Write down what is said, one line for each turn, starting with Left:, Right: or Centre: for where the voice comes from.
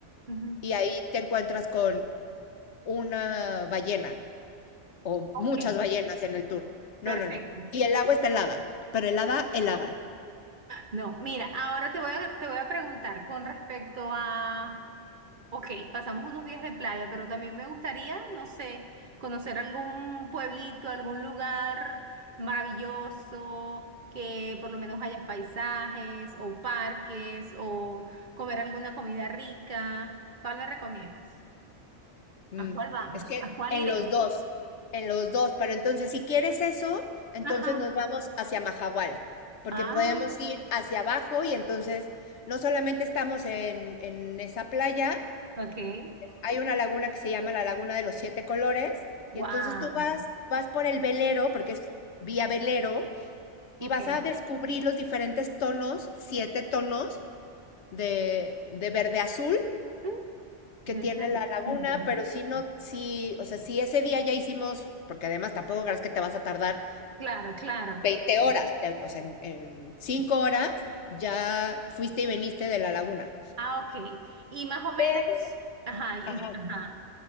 Right: ujú,
Left: y ahí te encuentras con una ballena o
Right: ok,
Left: muchas ballenas en el tour. No,
Right: perfecto.
Left: no, no. Y el agua está helada, pero helada, helada.
Right: No, mira, ahora te voy a, te voy a preguntar con respecto a, ok, pasamos unos días de playa, pero también me gustaría, no sé, conocer algún pueblito, algún lugar maravilloso, que por lo menos hayas paisajes o parques o comer alguna comida rica. ¿Cuál me recomiendas?
Left: Mm,
Right: ¿A cuál vamos?
Left: es que
Right: ¿A cuál
Left: en
Right: iremos?
Left: los dos, en los dos, pero entonces si quieres eso, entonces
Right: Ajá.
Left: nos vamos hacia Mahahual, porque
Right: Ah,
Left: podemos ir hacia abajo y entonces no solamente estamos en, en esa playa,
Right: ok.
Left: hay una laguna que se llama la Laguna de los Siete Colores,
Right: Wow.
Left: y entonces tú vas, vas por el velero, porque es vía velero,
Right: Ok.
Left: y vas a descubrir los diferentes tonos, siete tonos de, de verde azul,
Right: <laughs>
Left: que
Right: Mm,
Left: tiene
Right: Debe ser.
Left: la laguna,
Right: lindo.
Left: pero si no, si, o sea, si ese día ya hicimos, porque además tampoco crees que te vas a tardar
Right: Claro, claro.
Left: 20 horas, te- o sea, en, en 5 horas ya fuiste y veniste de la laguna.
Right: Ah, ok. Y más o menos,
Left: Pero,
Right: ajá, y
Left: ajá,
Right: en ajá.